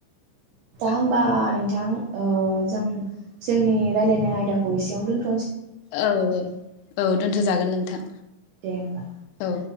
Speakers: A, on the right (about 80°); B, on the left (about 85°).
A: होनबा नोंथां बिथां जों जोंनि रायलायनाय आयदाखौ एसेयावनो दोन
B: औ औ औ दोनथ'जागोन नोंथां
A: दे होमबा
B: औ